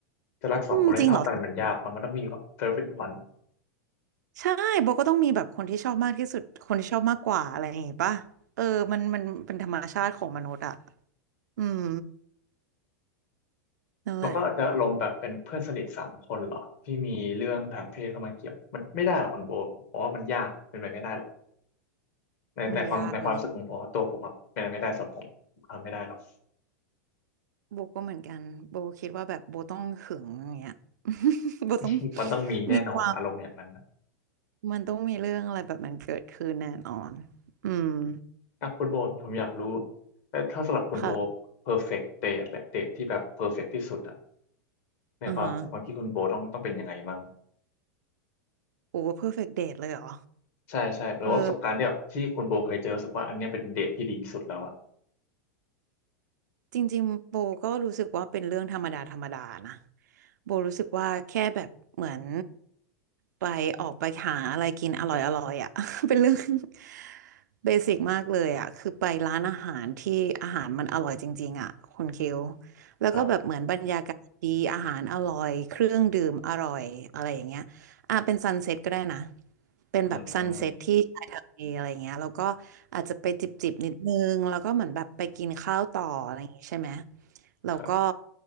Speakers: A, on the left; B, on the right.
A: จะรักสองคนให้เท่ากันมันยากเนอะมันต้องมีแบบ
B: อืมจริงเหรอ
A: perfect one
B: ใช่โบก็ต้องมีแบบคนที่ชอบมากที่สุดคนที่ชอบมากกว่าอะไรอย่างงี้ป่ะเออมันมันเป็นธรรมชาติของมนุษย์อ่ะอืมนั่นแหละ
A: มันก็จะลงแบบเป็นเพื่อนสนิทสามคนเหรอที่มีเรื่องทางเพศเข้ามาเกี่ยวมันไม่ได้หรอกคอนโบเพราะว่ามันยากเป็นไปไม่ได้หรอก ในในความในความรู้สึกของผมอะตัวผมอะเป็นอะไรไม่ได้สำหรับผมผมทำไม่ได้หรอก
B: มันยากมันยากโบก็เหมือนกันโบคิดว่าแบบโบต้องหึงอย่างเงี้ย <laughs> โบต้อง
A: <laughs> มันต้องมีแน่นอนอารมณ์อย่างนั้นนะ
B: มีความมันต้องมีเรื่องอะไรแบบมันเกิดขึ้นแน่นอนอืม
A: ถ้าคุณโบผมอยากรู้แต่ถ้าสำหรับคุณโบ
B: ค่ะ
A: perfect date แหละ date ที่แบบ perfect ที่สุดอะในความความคิดคุณโบต้องต้องเป็นยังไงมั่ง
B: อือฮะโอ้เพอร์เฟกต์เดทเลยเหรอ
A: ใช่ใช่หรือว่าประสบการณ์ที่แบบที่คุณโบเคยเจอรู้สึกว่าอันเนี้ยเป็นเดทที่ดีที่สุดแล้วอะ
B: เออจริงๆโบก็รู้สึกว่าเป็นเรื่องธรรมดาธรรมดานะโบรู้สึกว่าแค่แบบเหมือนไปออกไปหาอะไรกินอร่อยอร่อยอ่ะ <laughs> เป็นเรื่อง <laughs> เบสิกมากเลยอ่ะคือไปร้านอาหารที่อาหารมันอร่อยจริงๆอ่ะคุณคิวแล้วก็แบบเหมือนบรรยากาศดีอาหารอร่อยเครื่องดื่มอร่อยอะไรอย่างเงี้ย
A: ครับ
B: อ่ะเป็นซันเซ็ตก็ได้นะเป็นแบบซันเซ็ตที่ชายทะเลอะไรเงี้ยแล้วก็
A: อืม
B: อาจจะไปจิบจิบนิดนึงแล้วก็เหมือนแบบไปกินข้าวต่ออะไรอย่างงี้ใช่ไหมแล้วก็
A: ครับ